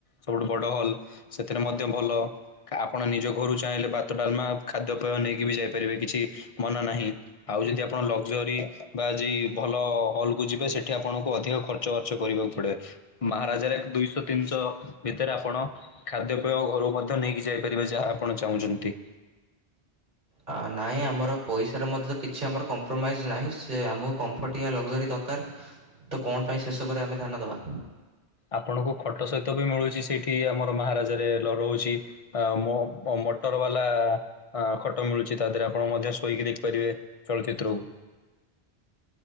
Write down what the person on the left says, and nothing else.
ସବୁଠୁ ବଡ଼ ହଲ୍ ସେଥିରେ ମଧ୍ୟ ଭଲ କା ଆପଣ ନିଜ ଘରୁ ଚାହିଁଲେ ଭାତ ଡାଲମା ଖାଦ୍ୟପେୟ ନେଇକି ବି ଯାଇପାରିବେ କିଛି ମନା ନାହିଁ। ଆଉ ଯଦି ଆପଣ ଲଗ୍ଜରି ବା ଯେଇ ଭଲ ହଲ୍ କୁ ଯିବେ ସେଠି ଆପଣଙ୍କୁ ଅଧିକ ଖର୍ ର୍ଚ୍ଚ ବାର୍ଚ୍ଚ କରିବାକୁ ପଡେ। ମହାରାଜାରେ ଦୁଇଶହ ତିନିଶହ ଭିତରେ ଆପଣ ଖାଦ୍ୟପେୟ ଘରୁ ମଧ୍ୟ ନେଇକି ଯାଇ ପାରିବେ ଯାହା ଆପଣ ଚାହୁଁଚନ୍ତି।
ଆପଣଙ୍କୁ ଖଟ ସହିତ ବି ମିଳୁଛି ସେଇଠି ଆମର ମହାରାଜାରେ ଲ ରୋହୁଛି। ଆଁ ମୋ <unintelligible> ମଟର୍ ବାଲା। ଆଁ ଖଟ ମିଳୁଛି ତା ଦେହେରେ ଆପଣ ମଧ୍ୟ ଶୋଇକି ଦେଖିପାରିବେ ଚଳଚିତ୍ରକୁ।